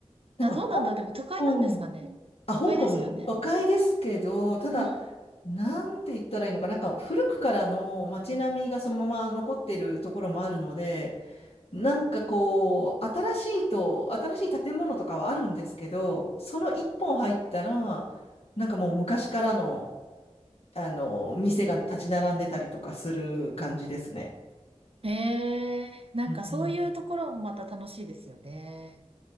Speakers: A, on the left; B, on the right.
A: なんか、
B: あ、どうなんだ、
A: 香港、
B: でも都会なんですかね。
A: あ、
B: 都会ですよね。
A: 香港、都会ですけど、ただ、
B: うん。
A: なんて言ったらいいのか、なんか古くからの街並みがそのまま残ってるところもあるので、なんかこう、新しいと、新しい建物とかはあるんですけど、その一本入ったら、なんかもう昔からの、あの、店が立ち並んでたりとかする感じですね。
B: ええなんかそういうところもまた楽しいですよね。
A: うん